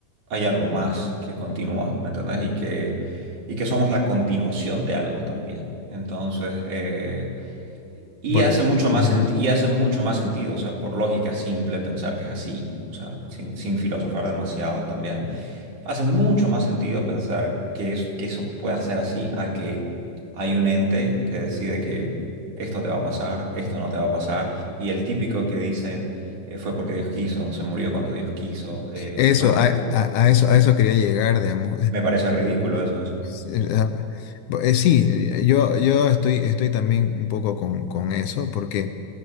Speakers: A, on the right (about 65°); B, on the left (about 75°).
A: hay algo más que continúa, ¿me entendés? Y que, y que somos la continuación de algo también. Entonces, eh, y
B: Por,
A: hace
B: e-
A: mucho más
B: ujú.
A: sent- y hace mucho más sentido, o sea, por lógica simple pensar que es así, o sea, sin, sin filosofar demasiado también, hace mucho más sentido pensar que, es- que eso pueda ser así a que hay un ente que decide que esto te va a pasar, esto no te va a pasar, y el típico que dicen eh, fue porque Dios quiso, se murió cuando Dios quiso, eh,
B: Eso,
A: fue porque
B: a, a-
A: Dios...
B: a eso, a eso quería llegar, digamos.
A: Me parece ridículo eso, eso.
B: Sí, eh, ah, bo- eh, sí, eh, yo, yo estoy, estoy también un poco con, con eso, porque